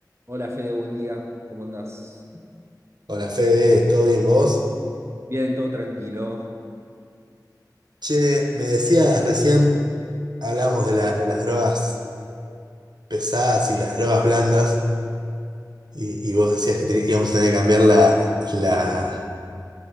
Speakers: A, on the right; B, on the right.
A: Hola Fede, buen día. ¿Cómo andás?
B: Hola Fede, ¿todo bien vos?
A: Bien, todo tranquilo.
B: Che, me decías recién, hablamos de, la- de las drogas pesadas y las drogas blandas, y, y vos decías que te- íbamos a tener que cambiar la, la-